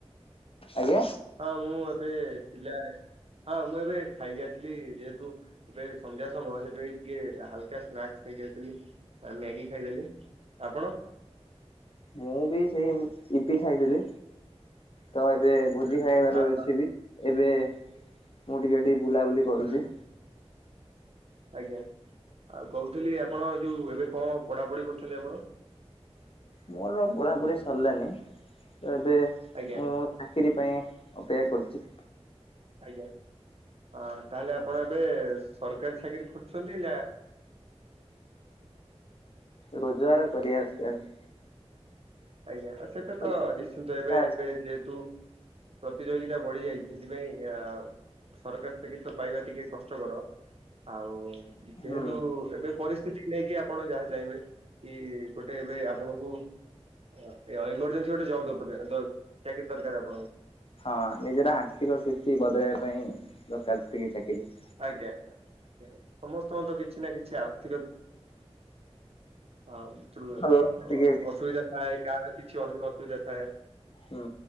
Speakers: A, on the left (about 55°); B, on the right (about 60°).
A: ଆଜ୍ଞା।
B: ହଁ ମୁଁ ଏବେ ଥିଲା ହଁ ମୁଁ ଏବେ ଖାଇକି ଆସିଲି ଯେହେତୁ ଏବେ ସନ୍ଧ୍ୟା ସମୟ ସେଥିପାଇଁ ଟିକେ ହାଲ୍କା ସ୍ନାକ୍ସ ଖାଇକି ଆସିଲି। ଆ ମ୍ୟାଗି ଖାଇଦେଲି ଆପଣ?
A: ମୁଁ ବି ସେଇ ଇପି ଖାଇଥିଲି ତ ଏବେ ଭୋଜି
B: ହୁଁ
A: ଖାଇବାର
B: ଆଉ
A: ଅଛି ବି ଏବେ ମୁଁ ଟିକେ ଏଠିକ ବୁଲାବୁଲି କରୁଛି।
B: ହୁଁ ଆଜ୍ଞା ଆଉ କହୁଥିଲି ଆପଣ ଯୋଉ ଏବେ କଣ ପଢାପଢି କରୁଛନ୍ତି ଆପଣ?
A: ମୋର ପଢ଼ାପଢ଼ି ସରିଲାାନି ତ ଏବେ
B: ଆଜ୍ଞା
A: ମୁଁ ଚାକିରି ପାଇଁ ଅପେକ୍ଷା କରୁଛି।
B: ଆଜ୍ଞା। ହଁ ତା ହେଲେ ଆପଣ ଏବେ ସରକାରୀ ବେସରକାରୀ ଚାକିରୀ ଖୋଜୁଛନ୍ତି।
A: ରୋଜଗାର କରିବା ଦରକାର।।
B: ଆଜ୍ଞା, ସେଇଟା
A: ଦରକାର।
B: ତ ନିଶ୍ଚିନ୍ତ ଏବେ -ଏବେ ଯେହେତୁ ପ୍ରତିଯୋଗିତା ବଢି ଯାଇଛି। ସେଥିପାଇଁ ଅ ସରକାର ଚାକିରି ତ ପାଇବା ଟିକେ କଷ୍ଟକର। ଆଉ ଯେହେତୁ
A: ହୁଁ
B: ଏବେ ପରିସ୍ଥିତିକୁ ନେଇକି ଆପଣ ଯାହା ଚାହିଁବେ। କି ଗୋଟେ ଏବେ ଆପଣଙ୍କୁ ର ରଇମୁଡ଼ରେ କିଛି ଗୋଟେ ଜବ ଦରକାର ଦ କାହିଁକି ଦରକାର ଆପଣଙ୍କୁ।
A: ହଁ, ନିଜର ଆର୍ଥିକ ସ୍ଥିତି ବଦଳାଇବା ପାଇଁ ଦରକାର ଟିକେ ଚାକିରି।
B: ଆଜ୍ଞା- ଆଜ୍ଞା, ସମସ୍ତଙ୍କ ତ କିଛି ନା କିଛି ଆର୍ଥିକ ହଁଥିରୁ
A: ଭଲ ଟିକେ
B: ଅସୁବିଧା ଥାଏ କାର କିଛି ଅନ୍ୟ ଅସୁବିଧା ଥାଏ।
A: ହୁଁ।